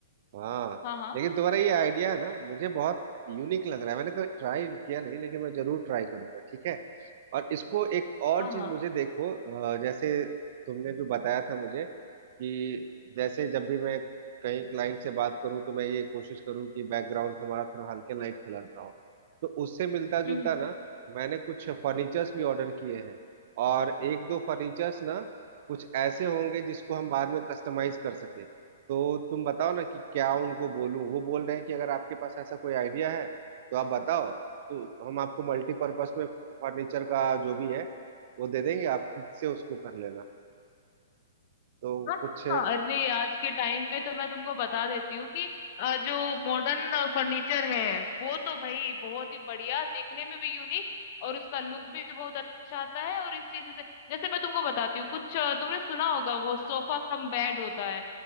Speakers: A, on the right; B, on the left.
A: हाँ
B: हाँ हाँ
A: लेकिन तुम्हारा ये आइडिया है ना मुझे बहुत यूनिक लग रहा है मैंने कभी ट्राई किया नहीं लेकिन मैं जरूर ट्राई करूंगा ठीक है और इसको एक और
B: हाँ
A: चीज
B: हाँ
A: मुझे देखो अ, जैसे तुमने जो बताया था मुझे कि जैसे जब भी मैं कहीं क्लाइंट से बात करूं तो मैं ये कोशिश करूं कि बैकग्राउंड हमारा थोड़ा हल्के लाइट कलर का हो तो उससे मिलता जुलता
B: हम्म हम्म।
A: ना मैंने कुछ फर्नीचर्स भी ऑर्डर किए हैं और एक दो फर्नीचर्स ना कुछ ऐसे होंगे जिसको हम बाद में कस्टमाइज कर सके तो तुम बताओ ना कि क्या उनको बोलूं वो बोल रहे हैं कि अगर आपके पास ऐसा कोई आइडिया है तो आप बताओ तो हम आपको मल्टीपर्पस में फर्नीचर का जो भी है वो दे देंगे आप खुद से उसको कर लेना तो
B: हाँ,
A: कुछ हाँ
B: हाँ, हाँ। अरे आज के टाइम में तो मैं तुमको बता देती हूँ कि अ, जो मॉडर्न फर्नीचर है वो तो भाई बहुत ही बढ़िया देखने में भी यूनिक और उसका लुक भी बहुत अच्छा आता है और इस चीज से जैसे मैं तुमको बताती हूँ कुछ अ, तुमने सुना होगा वो सोफा कम बेड होता है